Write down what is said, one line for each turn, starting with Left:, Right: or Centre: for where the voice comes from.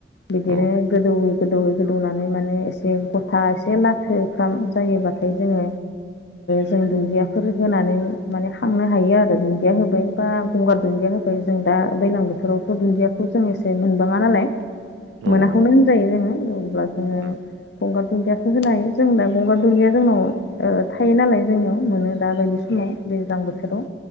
Left: बिदिनो
Right: औ
Left: गोदौयै गोदौैयै गोदौनानै माने एसे गथा एसे लाथोफ्राम जायोबाथाय जोङो जों दुन्दियाफोर होनानै माने खांनो हायो आरो दुन्दिया होबाय बा गंगार दुन्दिया होबाय जों दा दैज्लां बोथोरावथ' दुन्दियाखौ जों एसे मोनबाङा नालाय
Right: औ
Left: सावनानै जायो जोङो अब्ला जोङो
Right: औ
Left: गंगार दुन्दियाखौ होनो हायो जों दा गंगार दुन्दिया जोंनाव ओ थायो नालाय जोंनियाव मोनो दा बायदि समाव दैज्लां बोथोराव